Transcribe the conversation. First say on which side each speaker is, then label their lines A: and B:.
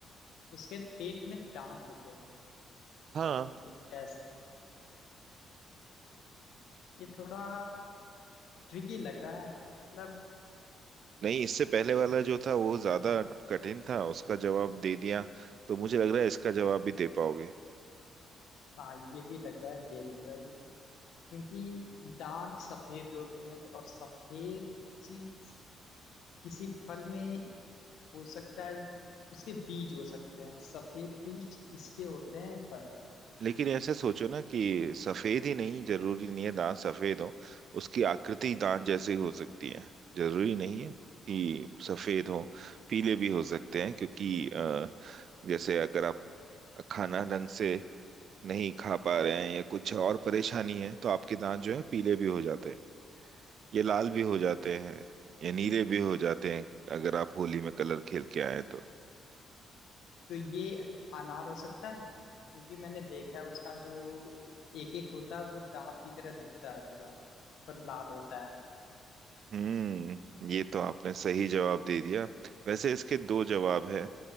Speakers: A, on the left; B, on the right.
A: उसके पेट में दांत होते हैं
B: हाँ
A: ये कैसे ये थोड़ा ट्रिकी लग रहा है मतलब
B: नहीं इससे पहले वाला जो था वो ज्यादा कठिन था उसका जवाब दे दिया तो मुझे लग रहा है इसका जवाब भी दे पाओगे
A: हाँ ये भी लग रहा है दे दूंगा ये क्योंकि दांत सफेद होते हैं और सफेद चीज किसी फल में हो सकता है उसके बीज हो सकते हैं सफेद बीज किसके होते हैं पर
B: लेकिन ऐसे सोचो ना कि सफेद ही नहीं जरूरी नहीं है दांत सफेद हो उसकी आकृति दांत जैसी हो सकती है जरूरी नहीं है कि सफेद हो पीले भी हो सकते हैं क्योंकि अ, जैसे अगर आप खाना ढंग से नहीं खा पा रहे हैं या कुछ और परेशानी है तो आपके दांत जो है पीले भी हो जाते हैं ये लाल भी हो जाते हैं या नीले भी हो जाते हैं अगर आप होली में कलर खेल के आए तो
A: तो ये अनार हो सकता है क्योंकि मैंने देखा है उसका जो एक एक होता है वो दांत की तरह दिखता है पूरा पर लाल होता है
B: हम्म ये तो आपने सही जवाब दे दिया वैसे इसके दो जवाब है